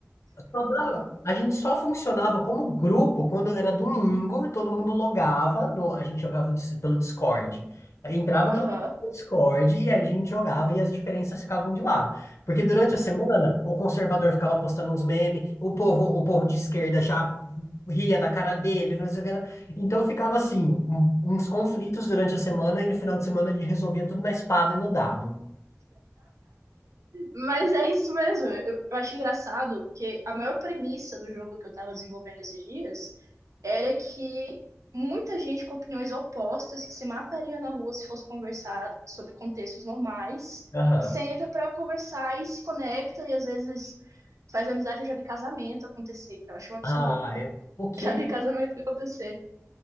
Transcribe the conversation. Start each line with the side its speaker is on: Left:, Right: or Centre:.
Left: Só dava. A gente só funcionava como grupo quando era domingo, todo mundo logava, no- a gente jogava o dis- pelo Discord. Aí entrava
Right: Aham.
Left: todo mundo no Discord e aí a gente jogava e as diferenças ficavam de lado. Porque durante a semana, o conservador ficava postando uns memes, o povo, o povo de esquerda já ria da cara dele, não sei o que lá. Então ficava assim, um- uns conflitos durante a semana e no final de semana a gente resolvia tudo na espada e no dado.
Right: Mas é isso mesmo. Eu, eu acho engraçado que a maior premissa do jogo que eu tava desenvolvendo esses dias era que muita gente com opiniões opostas que se mataria na rua se fosse conversar sobre contextos normais,
Left: Aham.
Right: senta pra conversar e se conecta e às vezes faz amizade. Eu já vi casamento acontecer, que eu acho um absurdo
Left: Ah,
Right: até. <laughs>
Left: é. O que
Right: Já vi casamento acontecer.